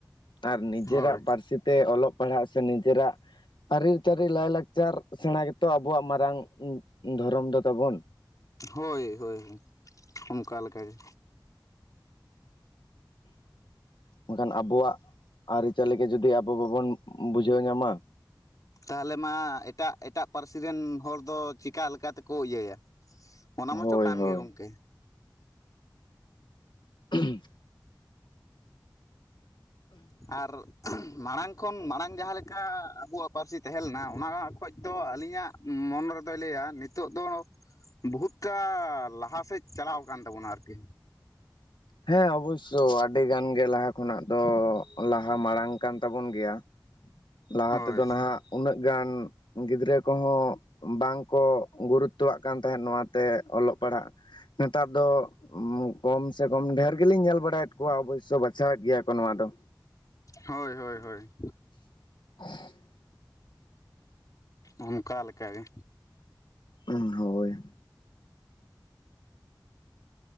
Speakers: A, on the left (about 80°); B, on the left (about 45°).
A: ᱟᱨ ᱱᱤᱡᱮᱨᱟᱜ
B: ᱦᱳᱭ
A: ᱯᱟᱹᱨᱥᱤ ᱛᱮ ᱚᱞᱚᱜ ᱯᱟᱲᱦᱟᱜ ᱥᱮ ᱱᱤᱡᱮᱨᱟᱜ ᱟᱹᱨᱤᱪᱟᱹᱞᱤ ᱞᱟᱭᱼᱞᱟᱠᱪᱟᱨ ᱥᱮᱬᱟ ᱜᱮᱛᱚ ᱟᱵᱚᱣᱟᱜ ᱢᱟᱨᱟᱝ ᱫᱷᱚᱨᱚᱢ ᱫᱚ ᱛᱟᱵᱚᱱ
B: ᱦᱳᱭ ᱦᱳᱭ ᱦᱳᱭ ᱚᱱᱠᱟ ᱞᱮᱠᱟ ᱜᱮ
A: ᱢᱮᱱᱠᱷᱟᱱ ᱟᱵᱚᱣᱟᱜ ᱟᱹᱨᱤᱪᱟᱹᱞᱤ ᱜᱮ ᱡᱩᱫᱤ ᱟᱵᱚ ᱵᱟᱵᱚᱱ ᱵᱩᱡᱷᱟᱹᱣ ᱧᱟᱢᱟ
B: ᱛᱟᱦᱚᱞᱮ ᱢᱟ ᱮᱴᱟᱜ ᱮᱴᱟᱜ ᱯᱟᱹᱨᱥᱤ ᱨᱮᱱ ᱦᱚᱲᱫᱚ ᱪᱮᱠᱟ ᱛᱮᱠᱚ ᱤᱭᱟᱹᱭᱟ ᱚᱱᱟ ᱢᱟᱪᱚ
A: ᱦᱳᱭ
B: ᱠᱟᱱ
A: ᱦᱳᱭ
B: ᱜᱮ ᱜᱚᱝᱠᱮ
A: ᱦᱸ
B: ᱟᱨ ᱢᱟᱲᱟᱝ ᱠᱷᱚᱱ ᱢᱟᱲᱟᱝ ᱡᱟᱦᱟᱸᱞᱮ ᱞᱮᱠᱟ ᱟᱵᱚᱣᱟᱜ ᱯᱟᱹᱨᱥᱤ ᱛᱟᱦᱮᱸᱞᱮᱱᱟ ᱚᱱᱟ ᱠᱷᱚᱱ ᱫᱚ ᱟᱹᱞᱤᱧᱟᱜ ᱢᱚᱱᱮ ᱨᱮᱫᱚᱭ ᱞᱟᱹᱭᱟ ᱱᱤᱛᱚᱜ ᱫᱚ ᱵᱚᱦᱩᱛᱴᱟᱜ ᱞᱟᱦᱟᱥᱮᱫ ᱪᱟᱞᱟᱣ ᱟᱠᱟᱱ ᱛᱟᱵᱚᱱᱟ ᱟᱨᱠᱤ
A: ᱦᱮᱸ ᱚᱵᱚᱥᱳ ᱟᱹᱰᱤ ᱜᱟᱱ ᱜᱮ ᱞᱟᱦᱟ ᱠᱷᱚᱱᱟᱜ ᱫᱚ ᱞᱟᱦᱟ ᱢᱟᱲᱟᱝ ᱠᱟᱱ ᱛᱟᱵᱚᱱ ᱜᱮᱭᱟ ᱞᱟᱦᱟ
B: ᱦᱳᱭ
A: ᱛᱮᱫᱚ ᱱᱟᱦᱟᱜ ᱩᱱᱟᱹᱜ ᱜᱟᱱ ᱜᱤᱫᱽᱨᱟᱹ ᱠᱚᱦᱚᱸ ᱵᱟᱝᱠᱚ ᱜᱩᱨᱩᱛᱚᱣᱟᱜ ᱠᱟᱱ ᱛᱟᱦᱮᱸᱫ ᱱᱚᱣᱟᱛᱮ ᱚᱞᱚᱜ ᱯᱟᱲᱦᱟᱜ ᱱᱮᱛᱟᱨ ᱫᱚ ᱠᱚᱢ ᱥᱮ ᱠᱚᱢ ᱰᱷᱮᱨ ᱜᱮᱞᱤᱧ ᱧᱮᱞ ᱵᱟᱲᱟᱭᱮᱫ ᱠᱚᱣᱟ ᱚᱵᱚᱥᱳᱭ ᱵᱟᱪᱷᱟᱣᱮᱫ ᱜᱮᱭᱟ ᱠᱚ ᱱᱚᱶᱟ ᱫᱚ
B: ᱦᱳᱭ ᱦᱳᱭ ᱦᱳᱭ
A: <inaudible>
B: ᱚᱱᱠᱟ ᱞᱮᱠᱟ ᱜᱮ
A: ᱩᱸ ᱦᱳᱭ